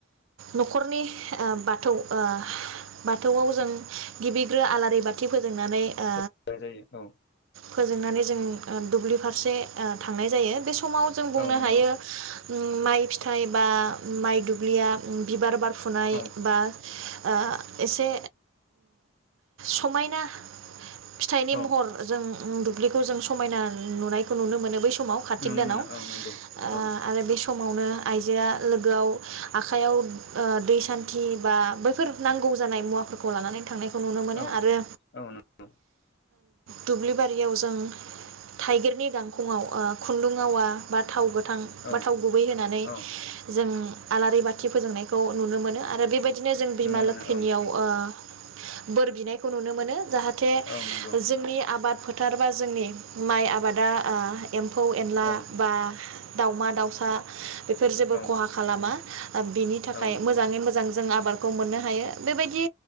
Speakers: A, on the right; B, on the left.
A: नखरनि ओ बाथौ ओ बाथौआव जों गिबिग्रो आलारि बाथि फोजोंनानै ओ
B: <unintelligible> औ
A: फोजोंनानै जों दुब्लि फारसे थांनाय जायो बे समाव जों बुंनो
B: औ नंगौ
A: हायो माइ फिथाइ बा माइ दुब्लिया बिबार बार फुनाय
B: औ
A: बा आ एसे समायना फिथाइनि
B: औ
A: महर जों दुब्लिखौ जों समायना नुनायखौ नुनो मोनो बै सम समाव कारतिक
B: नुनो
A: दानाव
B: मोनो औ नंगौ
A: आं
B: औ
A: आरो बे समावनो आइजोआ लोगोआव आखाइयाव आ दै सान्थि बा बैफोर नांगौ जानाय मुवाफोरखौ लानानै थांनाय नुनो मोनो
B: औ
A: आरो
B: औ नंगौ
A: दुब्लि बारियाव जों थाइगिरनि गांखंआव खुन्दुं आवा बा थाव गो गो थां
B: औ
A: बा थाव गुबै होनानै
B: औ
A: जों आलारि बाथि फोजोंनायखौ नुनो मोनो आरो बेबायदि बिदिनो जों बिमा
B: नुनो मोनो
A: लोखिनियाव
B: औ
A: ओ बोर बिनायखौ नुनो मोनो जाहे जाहाथे
B: औ नंगौ
A: जोंनि आबाद फोथारबा जोंनि माइ आबादा ओ एम्फौ एनला
B: औ
A: बा दाउमा दाउसा बेफोर जेबो
B: औ
A: खहा खालाम मा। बिनि थाखाय
B: औ नंगौ
A: मोजाङै मोजां जों आबादखौ मोननो हायो बेबायदि